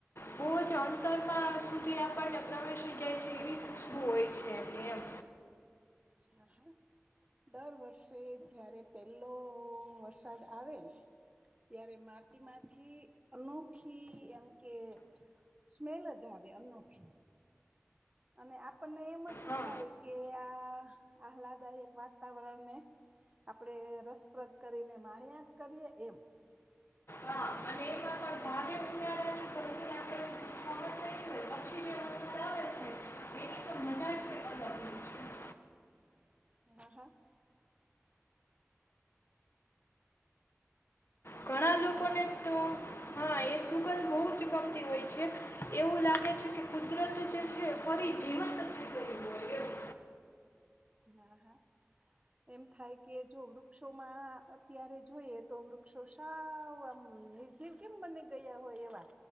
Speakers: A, on the left; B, on the right.
A: ભૂલ અંતરમાં સુધી આપણને પ્રવેશી જાય છે એવી ખુશ્બુ હોય છે એમ.
B: હા હા દર વર્ષે જયારે પેલો વરસાદ આવે, ત્યારે માટીમાંથી અનોખી એમ કે સ્મેલ જ આવે અનોખી. અને આપણને એમ જ
A: હા
B: થાય કે આ, આહલાદાયક વાતાવરણને, આપણેે રસપ્રદ કરીને માણ્યા જ કરીએ એમ.
A: હા અને એમાં પણ ભારે ઉનાળાની ગરમી આપણે સહન નહીં હોય પછી જે વરસાદ આવે છે એની તો મજા જ કંઈક અલગ હોય છે
B: હા હા.
A: ઘણા
B: એમાં
A: લોકોને તો હા એ સુગંધ બહુ જ ગમતી હોય છે, એવું લાગે છે કે કુદરત જે છે ફરી જીવંત થઇ ગઈ એવું.
B: હા હા એમ થાય કે જો વૃક્ષોમાં અત્યારે જોઈએ તો વૃક્ષો સાવમ નિર્જીવ કેમ બની ગયા હોય એવા